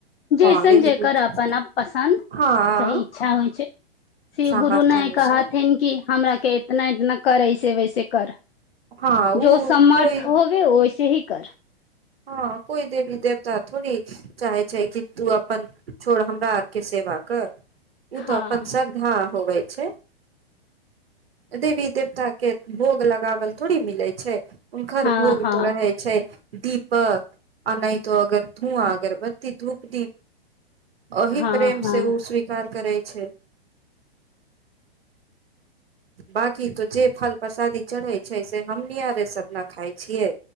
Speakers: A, on the left; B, on the right.
A: जैसन
B: हँ यही
A: जेकर
B: दू चीज
A: अपन
B: के
A: आ पसन्द
B: हँ
A: चाहे इच्छा होइ छै शिव
B: सामर्थ्य
A: गुरु ने
B: अनुसार
A: कहथिन कि हमरा के नहि करय छय ऐसे वैसे कर
B: हँ ओ
A: जो समर्थ
B: कोइ
A: होवे ओ सेही कर
B: हँ कोइ देवी देवता थोड़ी चाहै छै कि तू अपन छोड़ हमरा आरके सेवा कर ओ
A: हँ
B: तऽ अपनन श्रद्धा होबै से -देवी देवता के भोग लगावल थोड़े मिलै छै हुनकर
A: हँ
B: भोग
A: हँ
B: तो रहे छै दीप ब आ नहि त अगर धुआ अगर बतती धूप दीप अहि
A: हँ
B: प्रेम
A: हँ
B: से ओ स्वीकार करै छै बांकी तो जे फल प्रसादी चढ़ै छै से हमनि आ रे सबना खााय छियै